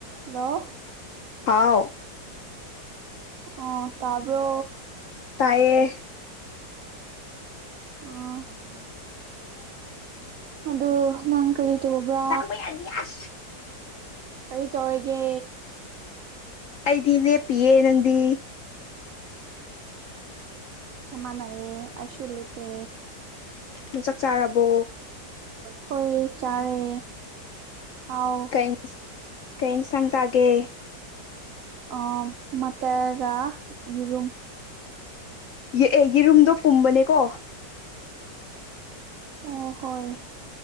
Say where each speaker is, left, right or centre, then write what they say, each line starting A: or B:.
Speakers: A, on the right; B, on the left.
A: ꯂꯣ
B: ꯍꯥꯎ
A: ꯑꯣ ꯇꯥꯕ꯭ꯔꯣ
B: ꯇꯥꯏꯌꯦ
A: ꯑꯣ ꯑꯗꯨ ꯅꯪ ꯀꯔꯤ ꯇꯧꯕ꯭ꯔꯥ
B: <unintelligible>
A: ꯀꯔꯤ ꯇꯧꯋꯤꯒꯦ
B: ꯑꯩꯗꯤ ꯂꯦꯞꯄꯤꯌꯦ ꯅꯪꯗꯤ
A: ꯆꯞ ꯃꯥꯅꯌꯦ ꯑꯩꯁꯨꯨ ꯂꯦꯞꯄꯦ
B: ꯅꯪ ꯆꯥꯛ ꯆꯥꯔꯕꯣ
A: ꯍꯣꯏ ꯆꯥꯔꯦ ꯍꯥꯎ
B: ꯀꯩ ꯀꯩ ꯏꯟꯁꯥꯡ ꯆꯥꯒꯦ
A: ꯑꯥ ꯃꯇꯔꯒ ꯌꯦꯔꯨꯝ
B: ꯌꯦꯑꯦ ꯌꯦꯔꯨꯝꯗꯣ ꯄꯨꯝꯕꯅꯦꯀꯣ
A: ꯑꯣ ꯍꯣꯏ